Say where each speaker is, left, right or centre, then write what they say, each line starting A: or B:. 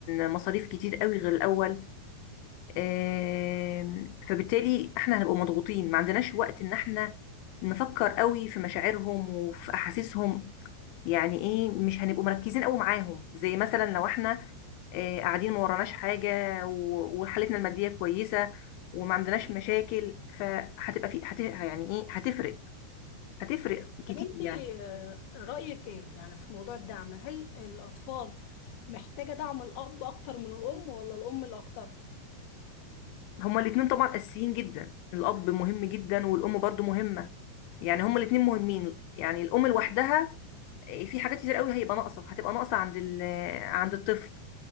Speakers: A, on the left; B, on the left.
A: مصاريف كتير قوي غير الاول آم، فبالتالي احنا هنبقى مضغوطين ما عندناش وقت ان احنا نفكر قوي في مشاعرهم وفي احاسيسهم يعني ايه مش هنبقوا مركزين قوي معاهم زي مثلا لو احنا آه، قاعدين ما وراناش حاجة و- وحالتنا المادية كويسة وما عندناش مشاكل فهتبقى في هت... يعني ايه هتفرق هتفرق كتير
B: طب انت
A: يعني
B: آه، رأيك ايه يعني في موضوع الدعم هل الاطفال محتاجة دعم الاب اكتر من الام ولا الام الاكتر
A: هما الاتنين طبعا اساسيين جدا الاب مهم جدا والام برضو مهمة يعني هما الاتنين مهمين يعني الام لوحدها آه، في حاجات كتير قوي هيبقى ناقصه هتبقى ناقصه عند ال- عند الطفل